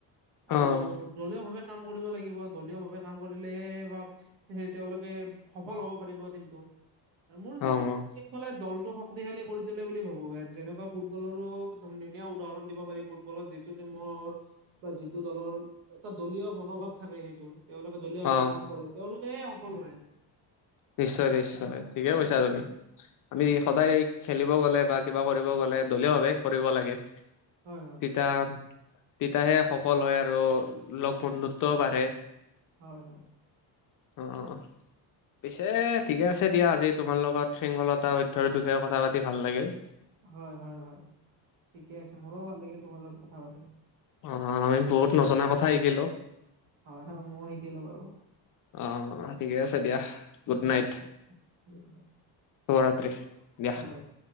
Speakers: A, on the right; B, on the left.
A: আৰু
B: অ',
A: দলীয় ভাৱে কাম কৰিব লাগিব দলীয় ভাৱে কাম কৰিলে বা স তেওঁলোকে সফল হব পাৰিব টমটো আৰু মোৰ হিচাপত
B: অ',
A: শৃং দলটো শক্তিশালী কৰি তলে বুলি ভাবো যেনেকুৱা ফুটবলৰো ধুনীয়া উদাহৰণ দিব পাৰি ফুটবলৰ যি মোৰ বা যিটো দলৰ এটা দলীয় মনোভাৱ থাকে সেইটো তেওঁলোকে। দলীয়
B: অ',
A: ভাৱে কাম কৰে তেওঁলোকে সফল হয়।
B: নিশ্চয় নিশ্চয় ঠিকে কৈছা
A: উম,
B: তুমি। আমি সদায় খেলিব গলে বা কিবা কৰিব গলে দলীয় ভাৱে কৰিব লাগে।
A: হয় হয়
B: তিতা তিতাহে সফল হয় আৰু লগ বন্ধুত্বও বাঢ়ে।
A: হয়, হয়।
B: অঁ, অঁ, অঁ পিছে ঠিকে আছে দিয়া, আজি তোমাৰ লগত শৃংখলতা অধ্যায়ৰ বিষয়ে কথা পাতি ভাল লাগিল।
A: হয়, হয়, হয় ঠিকে আছে মোৰো ভাল লাগিল তোমাৰ লগত কথা পাতি।
B: অঁ, আমি বহুত নজনা কথা শিকিলো।
A: হয়, হয় মই শিকিলো বাৰু?
B: অঁ, ঠিকে আছে দিয়া গুড
A: দিয়া
B: নাইট
A: ঠিক গুড নাইট
B: শুভৰাত্ৰি। দিয়াহ।
A: শুভৰাত্ৰি